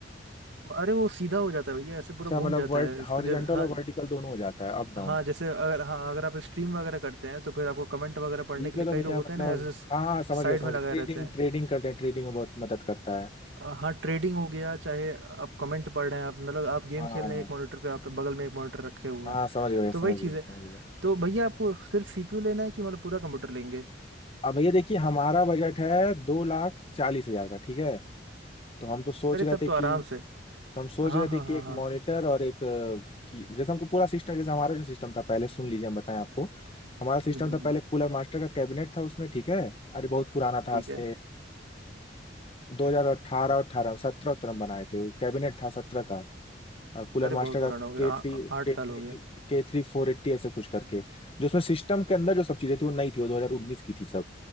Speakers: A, on the right; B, on the left.
A: हम्म। अरे वो सीधा हो जाता है भैया ऐसे पूरा
B: अच्छा
A: घूम
B: मतलब
A: जाता
B: वर्ट
A: है इसको
B: हॉरिजेंटल
A: जैसे हाँ
B: और वर्टिकल दोनों हो जाता है अप डाउन
A: हाँ जैसे अगर हाँ अगर आप स्ट्रीम वगैरह करते हैं तो फिर आपको कमेंट वगैरह पढ़ने
B: ठीक
A: के
B: है
A: लिए
B: तो
A: कई
B: भैया
A: लोग होते
B: मतलब
A: हैं ना ऐसे
B: हाँ हाँ समझ
A: साइड
B: गया समझ
A: में लगाए
B: गया ट्रेडिंग
A: रहते हैं
B: ट्रेडिंग करते हैं ट्रेडिंग में बहुत मदद करता है
A: अ, हाँ ट्रेडिंग हो गया चाहे आप कमेंट पढ़ रहे हैं आप मतलब आप गेम
B: हाँ
A: खेल रहे
B: हाँ
A: हैं एक मॉनिटर पे आप बगल में एक मॉनिटर रखे हुए
B: हाँ
A: हैं
B: हाँ, समझ गया भैया समझ
A: तो वही
B: गया
A: चीज़ है
B: समझ गया
A: तो भैया आपको सिर्फ सीपीयू लेना है कि मतलब पूरा कंप्यूटर लेंगे
B: अब भैया देखिए हमारा बजट है दो लाख चालीस हजार का ठीक है तो हम तो सोच
A: अरे
B: रहे
A: तब
B: थे
A: तो
B: कि
A: आराम से
B: तो हम सोच
A: हाँ
B: रहे
A: हाँ
B: थे कि
A: हाँ
B: एक
A: हाँ
B: मॉनिटर और एक अ, की जैसे हमको पूरा सिस्टम जैसे हमारा जो सिस्टम था पहले सुन लीजिए हम बताएं आपको हमारा सिस्टम
A: हम्म हम्म
B: था
A: हम्म,
B: पहले
A: हम्म,
B: कूलर मास्टर का कैबिनेट था उसमें ठीक है अरे बहुत पुराना था
A: ठीक
B: आज से
A: है
B: 2018 और अठारह अठारह सत्रह उत्रह में बनाए थे वो कैबिनेट था सत्रह का अ, कूलर
A: अरे
B: मास्टर
A: बहुत
B: का
A: पुराना हो गया
B: K
A: आ-
B: three
A: आ- आठ
B: K three
A: साल हो गया
B: K three four eighty ऐसे कुछ करके जो उसमें सिस्टम के अंदर जो सब चीजें थी वो नई थी वो 2019 की थी सब